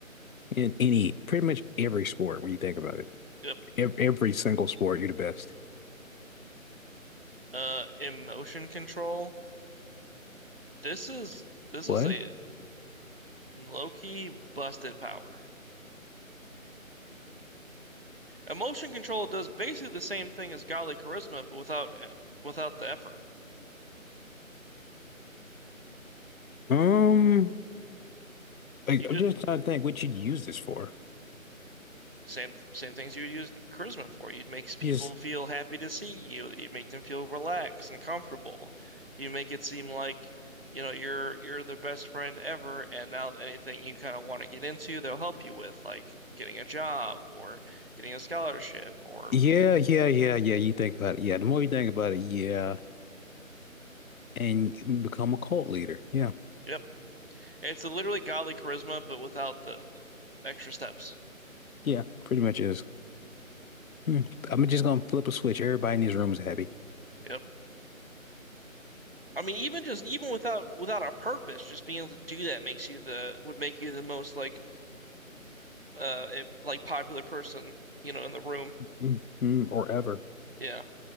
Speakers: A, on the left; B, on the right.
A: In any pretty much every sport when you think about it,
B: Yep.
A: every, every single sport, you're the best.
B: Uh, emotion control. This is this is
A: What?
B: a low-key busted power. Emotion control does basically the same thing as godly charisma, but without without the effort.
A: Um, like,
B: You just
A: I'm just trying to think what you'd use this for.
B: same same things you would use charisma for. You'd make people
A: just
B: feel happy to see you. You'd make them feel relaxed and comfortable. You make it seem like, you know, you're you're the best friend ever, and now anything you kind of want to get into, they'll help you with, like getting a job or getting a scholarship or
A: Yeah, yeah, yeah, yeah. You think about it. Yeah, the more you think about it, yeah, and you become a cult leader. Yeah,
B: yep. It's literally godly charisma, but without the extra steps.
A: yeah, pretty much is. Hmm. I'm just gonna flip a switch. Everybody in this room is happy,
B: Yep. I mean, even just even without without a purpose, just being able to do that makes you the would make you the most like uh it, like popular person, you know, in the room.
A: hmm Or ever.
B: Yeah.